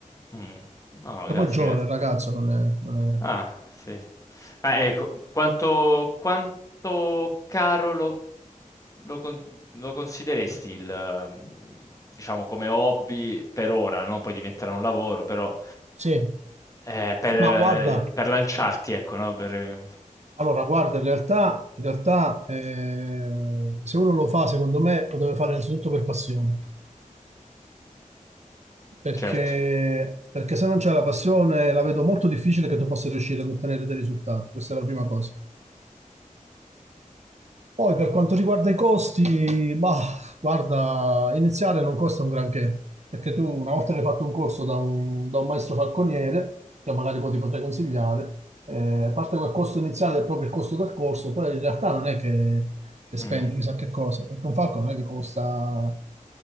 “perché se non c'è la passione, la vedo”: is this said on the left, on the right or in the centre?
Right